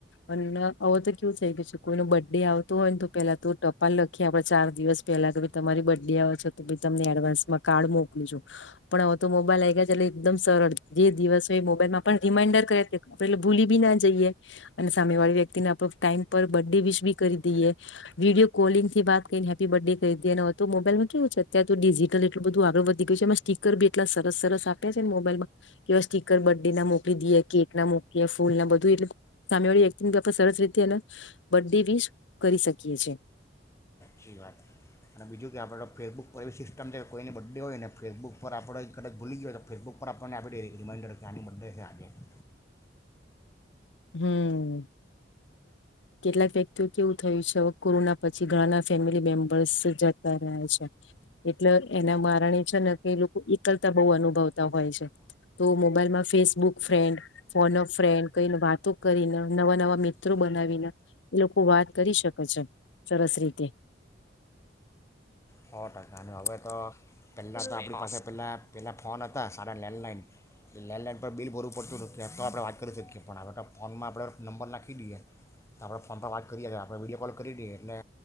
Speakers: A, on the left (about 80°); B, on the left (about 15°).
A: અને હો તો કેવું થઈ ગ છે કોઈનો બર્થડે આવતો હોય ને તો પેલા તો ટપાલ લખીએ આપડે ચાર દિવસ પેલા કે ભ તમારી બર્થ ડે આવે છો તો તમને એડવાન્સમાં કાર્ડ મોકલું છું પણ હો તો મોબાઈલ આવી ગયા છેટલે એકદમ સરળ જે દિવસ હોય એ મોબાઈલમાં પણ રિમાઈન્ડર કરે આપે એટલે ભૂલી બી ના જઈએ અને સામે વાળી વ્યક્તિને આપડ ટાઈમ પર બર્થ ડે વિશ બી કરી દઈએ વિડીયો કોલિંગથીત કરીને હેપી બર્થ ડે કરી દઈએ તો મોબાઈલ માં કેવું છે અત્યારે તો ડિજિટલ એલું બધું આગળ વધી ગયું છે એમાં સ્ટીકર બી એટલા સરસ સરસ આપ્યા છે ને મોબાઈલમાં કે સ્ટીર બર્થ ડે ના મોકલી દઈએ કેક ના મોકલી ફૂલ ના બ દુ એલે સામે વાળી એક્ટિંગ આપણે સરસ રીતે એ બર્ ડે બી કરી શકીએ છે.
B: સી વાત અને બીજું કે આપણે ફેસબુક પર એવી સિસ્ટમ છે કે કોઈ બડે હોય ને ફેસબુક પર આપણે એક કદચ ભૂલી ગઈ હો તો ફેસબુક પર આપણને આપે રિમાઈન્ડર કે આની બ ડે <unintelligible>
A: હમ્મ કેટલાક વ્યક્તિઓ કેવું થયું છે હવે કોરોના પછ છી ઘણા ફેમિલી મેમ્બર્સ જતા રહે છે એટલે એના કારણે છે ને કે લોકો એકલતા બહુ અનુભવતા હોય છે. તો મોબાઈલમાં ફેસબુક ફ્રેન્ડ ફોનફ ફ્રેન્ડ કઈને વાત કરીને નવા નવા મિત્રો બનાવીને એ લોકો વાત કરી શકે છે સરસ રીતે.
B: સો ટકા અને હવે તો પહેલાં તો આપણી પાસે પહેલાં પહેલાં ફોન હતા સારા લેન્ડલાઈન લેન્ડલાઈન પર બિલ ભરું પડતું નથીું એ તો આપણે વાત કરી શકીએ પણ હવે તો ફોનમાં આપણે નંબર નાખી દઈએ તો આપણે ફોન પર વાત કરીએ છીએ આપણે વિડીયો કોલ કરી દઈએ એટલે